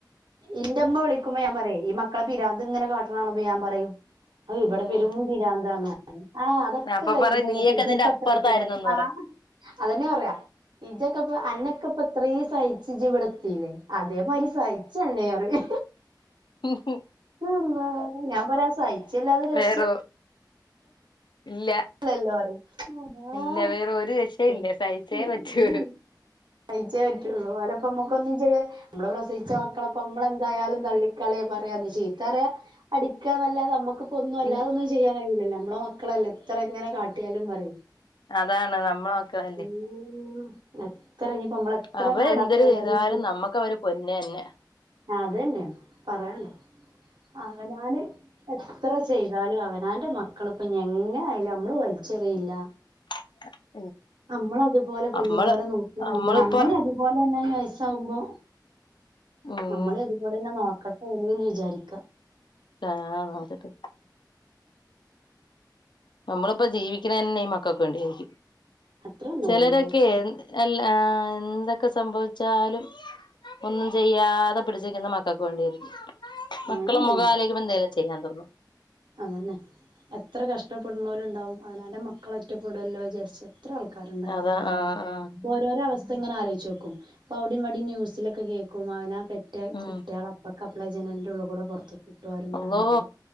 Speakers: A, on the right; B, on the left.
A: ഇന്റെമ്മ വിളിക്കുമ്പോ ഞാൻ പറയും ഈ മ ക്ക പിരാന്ത് ഇങ്ങനെ കാട്ടണാകാണുമ്പൊ ഞൻ പറയും ഇവിടെ
B: ഉം
A: പെരുംപിരാന്താന്ന് ആ അതൊക്കെ
B: അപ്പൊ
A: കഴിഞ്ഞിട്ട്
B: പറയും നീയൊക്കെ ഇതിന്റെ അപ്പുറത്തായിരുന്നന്ന് പറയും
A: <inaudible> ആ അതെന്നെയാ പറയാ ഇജക്കപ്പ അനക്കപ്പ ത്രീ സഹിച്ചു ജിവിടത്തില്ലേ അതേമാതിരി സഹി ചെഅല്ലെ <unintelligible>
B: ഊഹും
A: അള്ളാ ഞാൻ പറയാ സഹിച്ചല്ലാതെ രക്ഷ
B: വേറോ
A: <unintelligible>
B: ഇല്ല
A: <unintelligible>
B: ഇല്ല വേറെ ഒരു രക്ഷയില്ല സഹിച്ചേ പറ്റൂ
A: സഹിച്ചേ പറ്റുള്ളൂ ഓലെ പ്പംനമ്മുക്കൊന്നും ചെയ്യ മ്മള് പ്രസവിച്ച മക്കളപ്പ നമ്മള ന്തായാലും തള്ളിക്കളയ പറയാ ചീത്തറയ അടിക്കാന്നല്ലാതെ നമ്മുക്ക് ഒന്നും അല്ലാതൊന്നും
B: ഇൽ
A: ചെയ്യാൻ കയില്ലല്ലോ മ്മ മ്മള മക്കളല്ലേ ഇത്ര ഇങ്ങനെ കാട്ടിയാലും പറയും
B: അതാണ് നമ്മളൊക്കെല്ലേ
A: ഉം എത്ര ഇനിയിപ്പോ നമ്മള് എത്ര
B: അവര്ന്തരു
A: മാണ്ടാത്ത കണ്ടാലും
B: ചെയ്താലും നമ്മുക്ക് അവര് പൊന്ന് ന്നെ
A: ഞ്ഞാതന്നെ പറയാൻണ്ടോ അവനാന് എത്ര ചെയ്താലും അവൻ ഞാന്റെ മക്കളിപ്പ ഞങ്ങങ്ങനെ ല്ല നമ്മള് വലിച്ചെറിയില്ല
B: <inaudible>
A: നമ്മളതുപോലെ പൊന്നുപോലെ
B: നമ്മള്
A: നോക്കുമ്മ <unintelligible>
B: നമ്മളിപ്പോ
A: നമ്മളി അതുപോലെന്നെ വയസ്സാവുമ്പോ
B: ഉം
A: നമ്മളെ അതുപോലെതന്നെ നോക്കട്ടെ <unintelligible> ജാരി
B: ആ നോക്കട്ട് നമ്മളിപ്പോ ജീവിക്കണന്നെ ഇ മ ക്ക കൊണ്ടേയിരിക്കും
A: അത്ര തന്നെള്ളൂ
B: ചെലരൊക്കെ <unintelligible> അല്ല ആ എന്തൊക്കെ സംഭവിച്ചാലും ഒന്നും ചെയ്യാതെ പിടിച്ചുനിക്കുന്ന മക്കൾക്ക് വേണ്ടിയായിരിക്കും
A: അങ്ങനെ
B: മക്കളെ
A: തന്നെയാണ്
B: മുഖാലോചിക്കുമ്പന്തൽ <unintelligible> ചെയ്യാൻ തോന്നു
A: അതന്നെ എത്ര കഷ്ടപ്പെടുന്നോരുംണ്ടാവും അവനാന്റെന് മക്കള ഒറ്റപ്പെടുല്ലോ വിജാരിച്ച് ത്ര ആൾക്കാരുണ്ട് അങ്ങനെ
B: അതാ
A: കഴിയുന്ന
B: ആഹ് ആഹ്
A: ഓരോരോ അവസ് എങ്ങനെ ആലോയിച്ചു നോക്കും പ്പഅവിടെം ഇവിടെം ന്യൂസിലൊക്കെ കേൾക്കും അവനാ പെട്ടെന്ന് ന്റെ
B: ഉം
A: കുട്ട്യേൾ <unintelligible> <unintelligible> ജനലിന്റുള്ളിക്കൂടെ പൊറത്ത് വിട്ടൊ ആരും
B: അള്ളോ
A: കാണാതെ